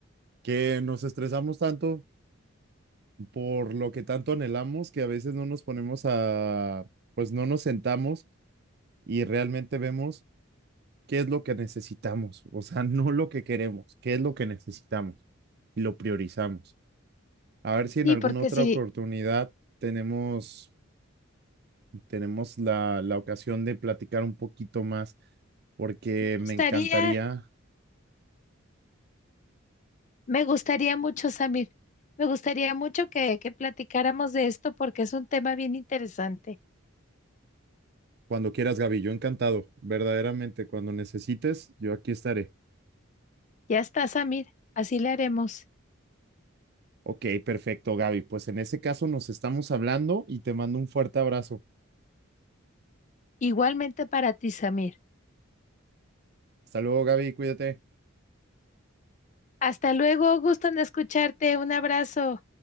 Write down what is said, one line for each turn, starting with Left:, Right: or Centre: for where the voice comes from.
Right: Que nos estresamos tanto por lo que tanto anhelamos que a veces no nos ponemos a, pues no nos sentamos y realmente vemos qué es lo que necesitamos. O sea, <laughs> no lo que queremos, qué es lo que necesitamos y lo priorizamos. A ver si en
Left: Sí
Right: alguna
Left: porque
Right: otra
Left: si
Right: oportunidad tenemos tenemos la, la ocasión de platicar un poquito más, porque
Left: me gustaría
Right: me encantaría,
Left: Me gustaría mucho, Samir. Me gustaría mucho que, que platicáramos de esto porque es un tema bien interesante.
Right: cuando quieras, Gaby, yo encantado, verdaderamente, cuando necesites, yo aquí estaré.
Left: Ya está, Samir. Así le haremos.
Right: Ok, perfecto, Gaby. Pues en ese caso nos estamos hablando y te mando un fuerte abrazo.
Left: Igualmente para ti, Samir.
Right: Hasta luego, Gaby, cuídate.
Left: Hasta luego. Gusto en escucharte. Un abrazo.